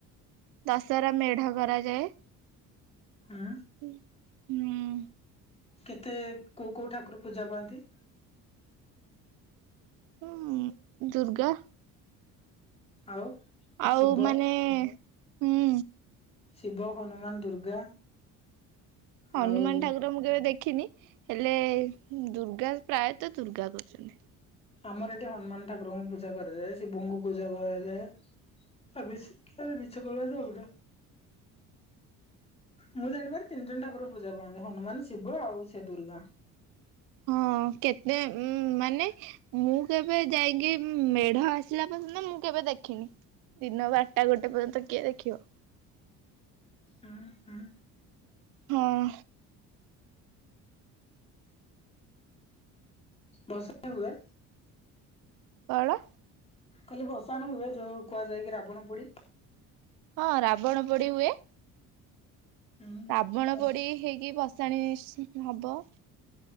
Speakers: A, on the right; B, on the left.
A: ଦଶହରା ମେଢ କରାଯାଏ।
B: ହୁଁ।
A: ଉଁ ହୁଁ।
B: କେତେ କୋଉ କୋଉ ଠାକୁର ପୂଜା ପାଆନ୍ତି?
A: ହୁଁ ଦୁର୍ଗା।
B: ଆଉ?
A: ଆଉ
B: ଶିବ
A: ମାନେ ହୁଁ।
B: ଶିବ, ହନୁମାନ, ଦୁର୍ଗା।
A: ହନୁମାନ
B: ଆଉ
A: ଠାକୁର ମୁଁ କେବେ ଦେଖିନି ହେଲେ ଦୁର୍ଗା ପ୍ରାୟତଃ ଦୁର୍ଗା କରୁଚନ୍ତି।
B: ଆମର ଏଠି ହନୁମାନ ଠାରଙ୍କୁ ପୂଜା କରାଯାଏ ଶିବଙ୍କୁ ପୂଜା କରାଯାଏ। ଆଉ ବେଶୀ କିଏ ବି ମିଛ କହିବାଟା ଅଲଗା। ମୁଁ ଜାଣିିବାରେ ତିନି ଜଣ ଠାକୁର ପୂଜା ପାଆନ୍ତି ହନୁମାନ ଶିବ ଆଉ ସେ ଦୁର୍ଗା।
A: ହଁ କେତେ ଉଁ ମାନେ ମୁଁ କେବେ ଯାଇକି ମେଢ଼ ଆସିଲା ପର୍ଯ୍ୟନ୍ତ ମୁଁ କେବେ ଦେଖିନି। ଦିନ ବାରଟା ଗୋଟେ ପର୍ଯ୍ୟନ୍ତ କିଏ ଦେଖିବ?
B: ଅଁ ହଁ।
A: ହଁ।
B: ଭାଶାଣି ହୁଏ।
A: ଅଳ?
B: କହିଲି ଭଷାଣି ହୁଏ ଯୋଉ କୁହାଯାଏ କି ରାବଣ ପୋଡ଼ି।
A: ହଁ ରାବଣ ପୋଡ଼ି ହୁଏ।
B: ହୁଁ
A: ରାବଣ ପୋଡ଼ି ହେଇକି ଭସାଣି ନିଶ୍ଚିତ୍ ହବ।